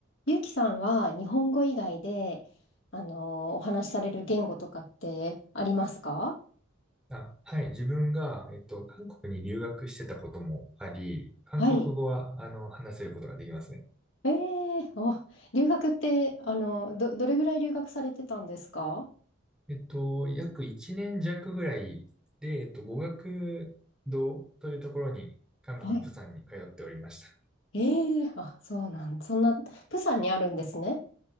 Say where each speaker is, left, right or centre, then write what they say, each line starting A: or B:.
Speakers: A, on the left; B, in the centre.
A: ゆうきさんは日本語以外で、あのお話しされる言語とかってありますか
B: あ、はい。自分が、えっと、韓国に留学してたこともあり、韓国語は、
A: はい。
B: あの、話せることができますね。
A: ええーお、留学って、あの、ど、どれぐらい留学されてたんですか
B: えっと、約1年弱ぐらいで、えっと、語学堂というところに、韓国の釜山に通っておりました。
A: はい。ええーあ、そうなん、そんな、プサンにあるんですね。